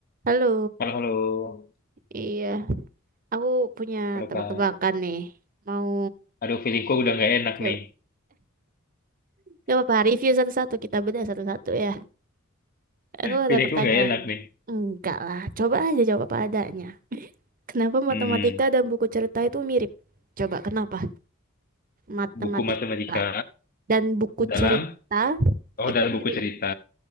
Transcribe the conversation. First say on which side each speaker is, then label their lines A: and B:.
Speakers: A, on the right (about 40°); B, on the left (about 45°).
A: Halo,
B: Halo, halo.
A: iya, aku punya
B: Halo,
A: tebak-tebakan
B: Kak.
A: nih. Mau
B: Aduh, feelingku udah nggak enak
A: coba,
B: nih.
A: gak apa-apa, review satu-satu, kita bedah satu-satu ya. Aku
B: <laughs>
A: ada
B: Feelingku
A: pertanyaan.
B: nggak enak nih.
A: Enggak lah, coba aja jawab apa adanya. Kenapa matematika
B: Hmm,
A: dan buku cerita itu mirip? Coba kenapa matematika
B: buku matematika
A: dan buku
B: dalam,
A: cerita
B: oh
A: itu
B: dalam
A: mirip?
B: buku cerita.